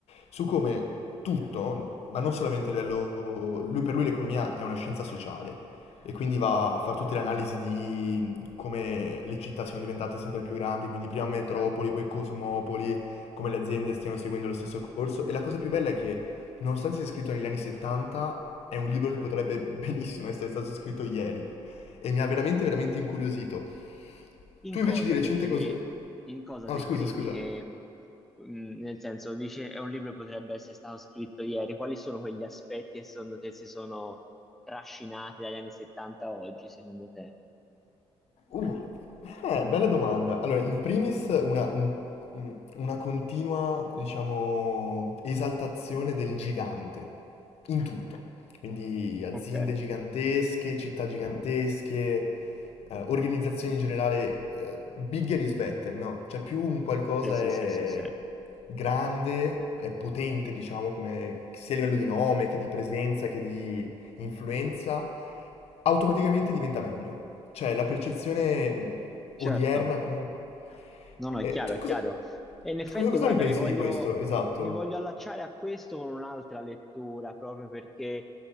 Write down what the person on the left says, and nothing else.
Su come tutto, ma non solamente a livello... Lui, per lui l'economia è una scienza sociale e quindi va a fare tutte le analisi di mh, come le città siano diventate sempre più grandi, quindi prima metropoli,
poi cosmopoli, come le aziende stiano seguendo lo stesso corso. E la cosa più bella è che, nonostante sia scritto negli anni 70, è un libro che potrebbe <laughs> benissimo essere stato scritto ieri e mi ha veramente, veramente incuriosito.
Tu
invece di recente
cosa...
Ah,
scusa,
scusa.
Uh, eh, bella domanda. Allora, in primis una, un- un- una continua, diciamo, esaltazione del gigante, in tutto. Quindi aziende
gigantesche, città gigantesche, eh, organizzazioni in generale, eh, bigger is better, no? Cioè più un qualcosa
è
grande, è potente, diciamo, come, sia a livello di nome, che di presenza, che di influenza, automaticamente diventa meglio. Cioè, la percezione mh, odierna
comunque...
Eh,
cioè,
cosa,
cosa- cosa
ne pensi
di questo? Esatto.